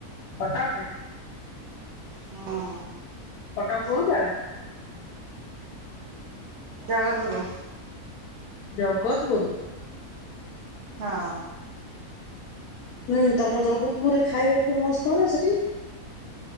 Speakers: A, on the left; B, on the right.
A: କଟକରେ।
B: ହଁ।
A: କଟକ କୋଉ ଜାଗା?
B: ଜଗତଗୁରୁ।
A: ଜଗତଗୁରୁ।
B: ହଁ।
A: ହୁଁ ତମ ଜଗତପୁରରେ ଖାଇବା ଫେମସ୍ କଣ ସେଠି?